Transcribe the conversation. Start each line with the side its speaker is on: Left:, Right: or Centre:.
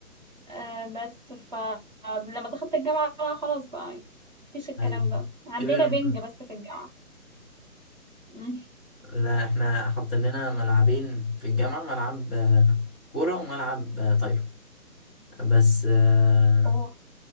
Right: آه، بس فلما دخلت الجامعة بقى خلاص بقى يعني مفيش الكلام
Centre: ايوه
Right: ده عندنا
Centre: كبير
Right: بنج بس في الجامعة مم.
Centre: لا احنا حاطين لنا ملعبين في الجامعة ملعب آه، كورة وملعب آه، طايرة بس آه،
Right: <laughs>